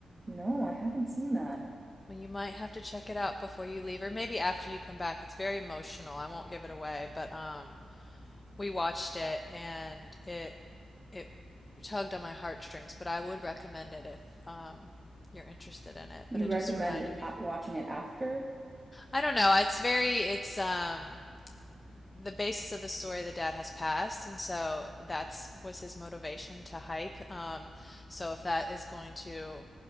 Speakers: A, on the right; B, on the left.
A: No, I haven't seen that.
B: Well, you might have to check it out before you leave, or maybe after you come back. It's very emotional. I won't give it away, but, um, we watched it and it, it tugged on my heartstrings, but I would recommend it if, um, you're interested in it.
A: You
B: But it
A: recommend
B: just reminded me
A: a watching it after?
B: I don't know. It's very, it's um the basis of the story the dad has passed, and so that's was his motivation to hike. Um, so if that is going to